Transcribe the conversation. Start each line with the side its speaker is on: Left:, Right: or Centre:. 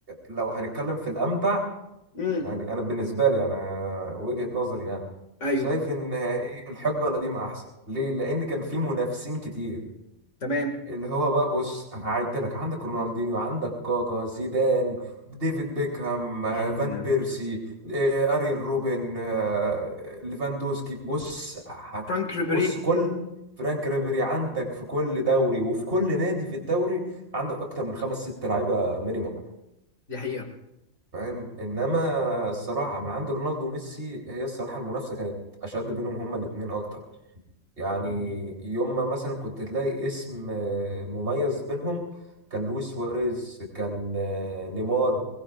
Right: لو هنتكلم في الأمتع
Left: امم
Right: يعني انا بالنسبه لي انا وجهه نظري يعني
Left: ايوه
Right: شايف ان ايه الحقبه القديمه احسن ليه لان كان في منافسين كتير
Left: تمام
Right: اللي هو بقى بص هعد لك عندك رونالدينيو عندك كاكا زيدان ديفيد بيكهام آه،
Left: يا دين
Right: فان
Left: النبي
Right: بيرسي آه، اريان روبن آه، ليفاندوسكي بص هت
Left: فرانك ريبيري
Right: بص كل فرانك ريبيري عندك في كل دوري وفي كل نادي في الدوري عندك اكتر من خمس ست لعيبه مينيمم
Left: دي حقيقه
Right: فاهم انما الصراحه من عند رونالدو وميسي هي الصراحه المنافسه كانت اشد بينهم هما الاثنين اكتر يعني
Left: مم.
Right: يوم ما مثلا كنت تلاقي اسم آه، مميز بينهم كان لويس سواريز كان آه، نيمار